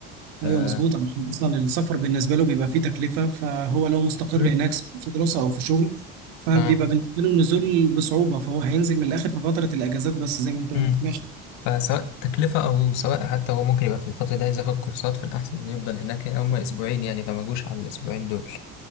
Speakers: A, on the right; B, on the left.
A: أيوه
B: آه
A: مظبوط عشان أصلا السفر بالنسبة له بيبقى فيه تكلفة فهو لو مستقر
B: مم.
A: هناك سواء في دراسة أو في شغل فبيبقى
B: آه
A: بالنسبة له النزول بصعوبة فهو هينزل من الآخر في فترة الأجازات بس زي ما أنت
B: مم.
A: قلت ماشي
B: فسواء تكلفة أو سواء حتى هو ممكن يبقى في الفترة دي عايز ياخد كورسات في الأحسن إنه يفضل هناك يعني هما أسبوعين يعني فما جوش على الأسبوعين دول